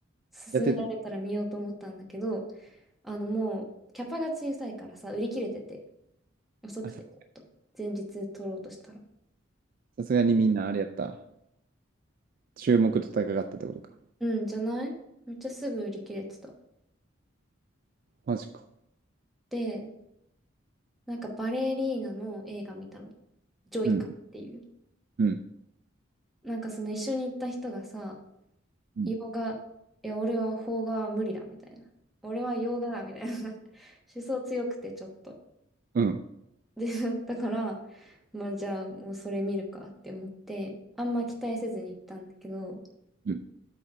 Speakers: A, in the centre; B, on the right.
A: 勧められたら見ようと思ったんだけど、
B: やってた。
A: あの、もう、キャパが小さいからさ、売り切れてて、遅くて、
B: あ、さ
A: ちょっと。前日取ろうとしたら。
B: さすがにみんなあれやった。注目と高かったってことか。
A: うん、じゃないめっちゃすぐ売り切れてた。
B: マジか。
A: で、なんかバレリーナの映画見たの。ジョイカっていう。
B: うん、うん、
A: なんかその一緒に行った人がさ、
B: うん、
A: 洋画、いや、俺は邦画は無理だみたいな。俺は洋画だみたいな。<laughs> 思想強くてちょっと。
B: うん、
A: で、だから、まあじゃあもうそれ見るかって思って、あんま期待せずに行ったんだけど、
B: うん、